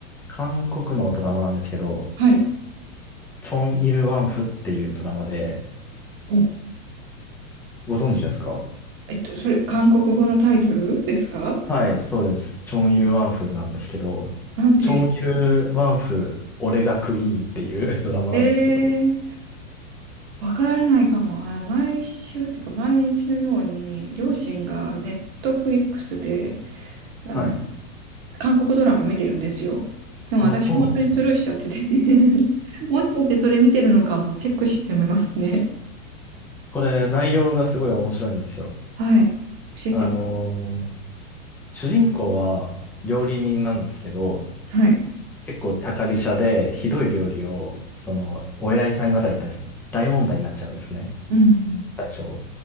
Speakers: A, in the centre; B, on the right.
A: 韓国のドラマなんですけど、
B: はい。
A: チョン・イル・ワンフっていうドラマで、
B: お、
A: ご存知ですか
B: えっと、それ、韓国語のタイトルですか
A: はい、そうです。チョン・イル・ワンフなんですけど、
B: なんてい
A: チョン・イル・ワンフ、俺がクイーンっていう <laughs> ドラマなんですけど。
B: う、えー、わからないかも。あの、毎週っていうか、毎日のように、両親がネットフリックスで、あの、
A: はい。
B: 韓国ドラマ見てるんですよ。でも私、
A: あ、そうなんですね。
B: 本当にスルーしちゃってて <laughs> もしかしてそれ見てるのかも、チェックしてみますね。
A: これ、内容がすごい面白いんですよ。
B: はい。教えてくださ
A: あのー主人公は料理人なんですけど、
B: い。はい。
A: 結構高飛車で、ひどい料理を、その、お偉いさん方に対して大問題になっちゃうんですね。
B: うんうん。
A: 最初。